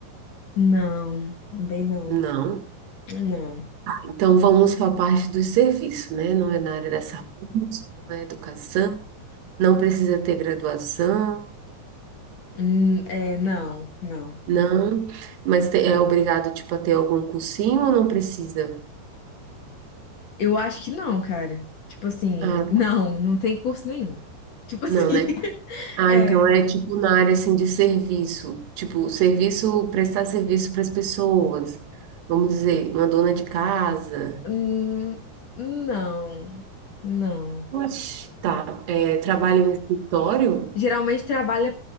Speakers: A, on the left; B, on the right.
A: Não, também não.
B: Não.
A: Não.
B: Então vamos para a parte do serviço, né? Não é na área da saúde, não é educação, não precisa ter graduação,
A: Hum, é, não, não.
B: não. Mas te- é obrigado tipo a ter algum cursinho ou não precisa?
A: Eu acho que não, cara. Tipo assim,
B: Ah,
A: não, não tem curso nenhum. Tipo assim,
B: Não,
A: <laughs>
B: né? Ah,
A: é.
B: então é tipo na área assim de serviço, tipo serviço, prestar serviço para as pessoas. Vamos dizer, uma dona de casa.
A: hum, não, não.
B: Oxe, tá. É, trabalha em escritório?
A: Geralmente trabalha